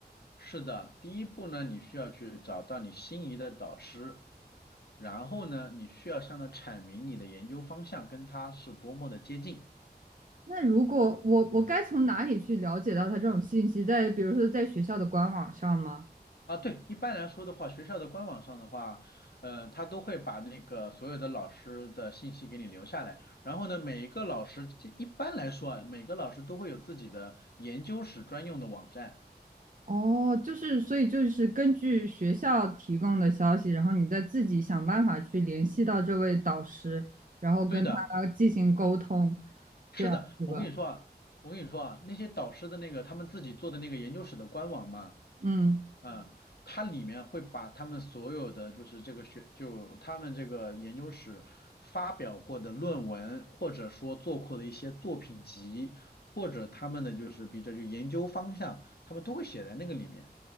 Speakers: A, on the left; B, on the right.
A: 是的，第一步呢，你需要去找到你心仪的导师，然后呢，你需要向他阐明你的研究方向跟他是多么的接近。
B: 那如果我我该从哪里去了解到他这种信息？在比如说在学校的官网上吗？
A: 啊，对，一般来说的话，学校的官网上的话，呃，他都会把那个所有的老师的信息给你留下来。然后呢，每一个老师，这一般来说啊，每个老师都会有自己的研究室专用的网站。
B: 哦，就是所以就是根据学校提供的消息，然后你再自己想办法去联系到这位导师，然后跟他进行沟通，
A: 对的，是的，
B: 这样是吧？
A: 我跟你说啊，我跟你说啊，那些导师的那个他们自己做的那个研究室的官网嘛，
B: 嗯。
A: 嗯，它里面会把他们所有的就是这个学，就他们这个研究室发表过的论文，或者说做过的一些作品集，或者他们的就是比较就研究方向，他们都会写在那个里面。